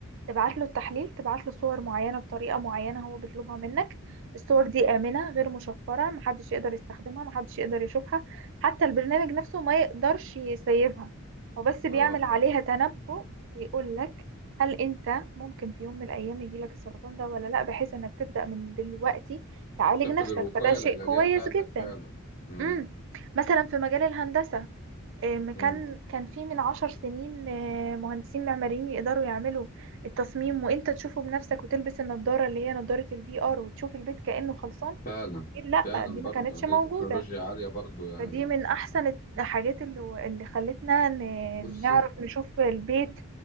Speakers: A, on the right; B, on the left.
A: تبعت له التحليل تبعت له صور معينة بطريقة معينة هو بيطلبها منك الصور دي آمنة غير مشفرة محدش يقدر يستخدمها محدش يقدر يشوفها حتى البرنامج نفسه ما يقدرش يسيبها هو بس بيعمل
B: اه
A: عليها تنبؤ ويقول لك هل انت ممكن في يوم من الايام يجيلك السرطان ده ولا لا بحيث انك تبدأ من دلوقتي تعالج
B: تاخد
A: نفسك
B: الوقاية
A: فده شيء
B: العلاجية
A: كويس
B: بتاعتك
A: جدا
B: فعلا مم.
A: امم مثلا في مجال الهندسة آم،
B: مم.
A: كان كان في من عشر سنين آه، مهندسين معماريين يقدروا يعملوا التصميم وانت تشوفه بنفسك وتلبس النضارة اللي هي نضارة الفي ار وتشوف البيت كأنه خلصان
B: فعلا
A: أكيد لا
B: فعلا
A: دي ما
B: برضو
A: كانتش
B: دي
A: موجودة
B: تكنولوجيا عالية برضو يعني
A: فدي من احسن الحاجات اللي اللي خلتنا ن-
B: بصي
A: نعرف نشوف البيت